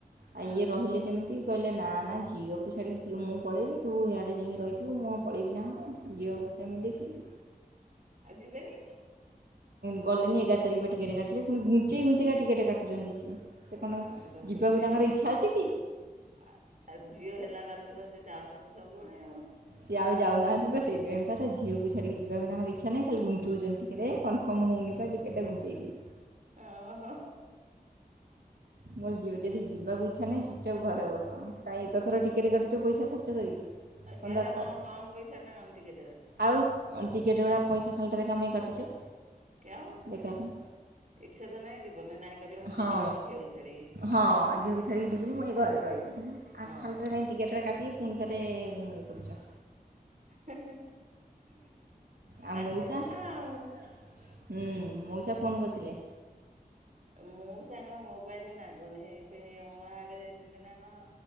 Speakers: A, on the right; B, on the right.
A: ଆ
B: ହଁ
A: ଇଏ ରହିଲେ ଯେମିତି କହିଲେ ନା ନା ଝିଅକୁ ଛାଡ଼ିକି ସି ମୁଁ ପଳେଇବି ତୁ ଆଡ଼େ ଯାଇକି ରହିଥିବୁ ମୁଁ କଣ ପଳେଇବି ନା ଝିଅକୁ କେମିତି ଦେଖିବି?
B: ଆ ଯିବେନି।
A: ଗଲିନି ଏଗାରତାରିଖ ବା ଟିକେଟ କାଟିଲେ ପୁଣି ଘୁଞ୍ଚେଇ ଘୁଞ୍ଚେଇ କା ଟିକେଟ କାଟୁଛନ୍ତି ସେ। ସେ କଣ
B: ଆଉ ତ ଘୁଞ୍ଚେଇ
A: ଯିବାକୁ ତାଙ୍କର
B: ଘୁଞ୍ଚେଇ
A: ଇଚ୍ଛା ଅଛି କି।
B: ଆ ଆଉ ଝିଅ ହେଲା ବାରଠୁ ତ ସେ ଯାଉଛନ୍ତି ସବୁବେଳେ ଆଉ।
A: ସିଏ ଆଉ ଯାଉ ନାହାନ୍ତି ବା ସେଥିପାଇଁ ତ ତାର ଝିଅକୁ ଛାଡିକି ଯିବା ପାଇଁ ତାଙ୍କର ଇଚ୍ଛା ନାହିଁ ଖାଲି ଘୁଞ୍ଚୁଉଛନ୍ତି। ଟିକେଟ କନଫର୍ମ ହୋଉନି ତ ଟିକଟେ ଘୁଞ୍ଚାଇ ଦିଏ।
B: ଓହୋ।
A: ମୁ ଅ ଲି ଯଦି ଯିବାକୁ ଇଚ୍ଛା ନାହିଁ ଚୁପ ଚାପ ଘରେ ବସ। କାଇଁ ଏତେ ଥର ଟିକେଟ କାଟୁଚ ପଇସା ଖର୍ଚ୍ଚ କରିକି
B: ଆଉ
A: ପନ୍ଦର
B: ଚହରା
A: ଥର
B: ହଁ କମ ପଇସା ନା କଣ ଟିକେଟେରା।
A: ଆଉ ଟିକେଟ୍ ଉରା ପଇସା ଖାଲଟାରେ କଁ ପାଇଁ କାଟୁଛ।
B: କେଉ
A: ବେକାର ରେ
B: ଇଚ୍ଛା ତ ନାହିଁ ଯିବନି ନାହିଁ କରିବ ମୁଁ
A: ହଁ।
B: ଯିବିନି ମୋ ଝିଅକୁ ଛାଡିକି
A: ହଁ ଝିଅକୁ ଛାଡ଼ିକି ଯିବିନି ମୁଁ ଏଇ ଘରେ ରହିବି ଆଉ
B: ହଁ
A: ଖାଲଟା ରେ କାଇଁ ଟିକେଟ ରା କାଟିକି ପୁଣି ଥରେ ଇଏ କରୁଛ।
B: <unintelligible>
A: ଆଉ
B: ତାଙ୍କ
A: ମଉସା
B: ମନ
A: ହୁଁ
B: ଆଉ।
A: ମଉସା ଫୋନ୍ କରିଥିଲେ।
B: ମୋଉଶା ଙ୍କ ମୋବାଇଲ ନାଗୁନି ହେଇ ସେଇ ଅଁଳା ଆଡେ ଯାଇଛନ୍ତି ନା କଣ।